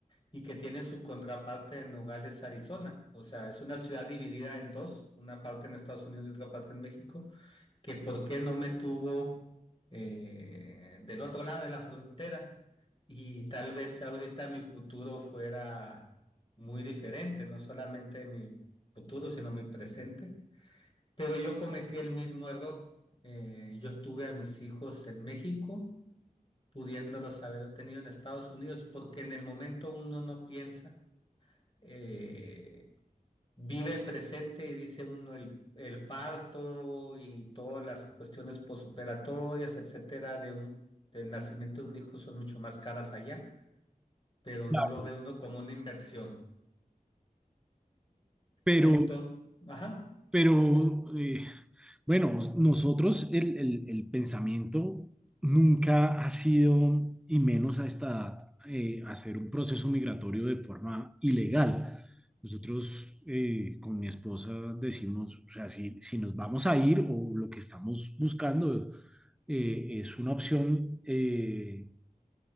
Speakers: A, on the left; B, in the centre.
A: y que tiene su contraparte en Nogales, Arizona. O sea, es una ciudad dividida en dos, una parte en Estados Unidos y otra parte en México, que por qué no me tuvo eh, del otro lado de la frontera y tal vez ahorita mi futuro fuera muy diferente, no solamente mi futuro, sino mi presente. Pero yo cometí el mismo error. Eh, yo tuve a mis hijos en México, pudiéndolos haber tenido en Estados Unidos, porque en el momento uno no piensa eh, vive el presente y dice uno el, el parto y todas las cuestiones posoperatorias, etcétera, de un, del nacimiento de un hijo son mucho más caras allá, pero
B: Claro.
A: no lo ve uno como una inversión.
B: Pero,
A: Entonces, ajá,
B: Pero eh, bueno, nosotros el, el- el pensamiento nunca ha sido, y menos a esta edad, eh, hacer un proceso migratorio de forma ilegal. Nosotros eh, con mi esposa decimos, o sea, si, si nos vamos a ir o lo que estamos buscando eh, es una opción eh,